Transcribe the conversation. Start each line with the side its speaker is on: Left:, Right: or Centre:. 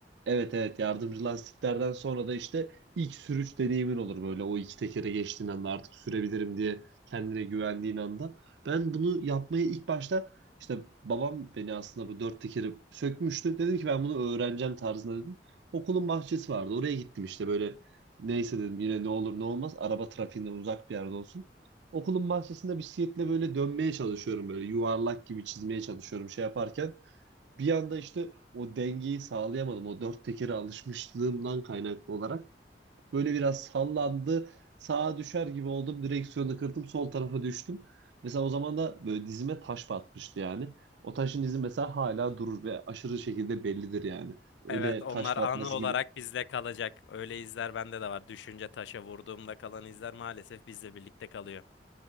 Right: Evet evet yardımcı lastiklerden sonra da işte ilk sürüş deneyimin olur böyle o iki tekere geçtiğin anda artık sürebilirim diye kendine güvendiğin anda. Ben bunu yapmayı ilk başta işte babam beni aslında bu dört tekeri sökmüştü. Dedim ki ben bunu öğreneceğim tarzında dedim. Okulun bahçesi vardı oraya gittim işte böyle neyse dedim yine ne olur ne olmaz araba trafiğinden uzak bir yerde olsun. Okulun bahçesinde bisikletle böyle dönmeye çalışıyorum böyle yuvarlak gibi çizmeye çalışıyorum şey yaparken bir yanda işte o dengeyi sağlayamadım. O dört tekere alışmışlığımdan kaynaklı olarak böyle biraz sallandı. Sağa düşer gibi oldum. Direksiyonu kırdım. Sol tarafa düştüm. Mesela o zaman da böyle dizime taş batmıştı yani. O taşın izi mesela hala durur ve aşırı şekilde bellidir yani. Öyle
Left: Evet, onlar
Right: taş batması
Left: anı olarak
Right: gibi
Left: bizle kalacak. Öyle izler bende de var. Düşünce taşa vurduğumda kalan izler maalesef bizle birlikte kalıyor.